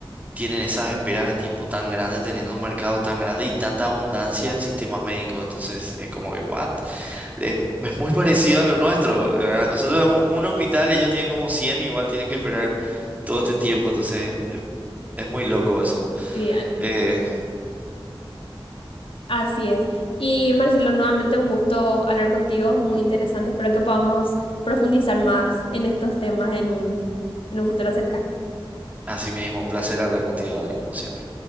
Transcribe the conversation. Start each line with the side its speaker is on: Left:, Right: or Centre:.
Right: tienen esas esperas de tiempo tan grandes, teniendo un mercado tan grande y tanta abundancia en sistemas médicos. Entonces es como que, ¿what? Es, es muy parecido a lo nuestro, ¿verdad? Nosotros tenemos un hospital, ellos tienen como cien igual tienen que esperar todo este tiempo. Entonces eh, es muy loco eso.
Left: Sí, a-
Right: Eh,
Left: así es. Y Marcelo, nuevamente un gusto hablar contigo, muy interesante. Espero que podamos profundizar más en estos temas en un, en un futuro cercano.
Right: así mismo, un placer hablar contigo, Adri, como siempre.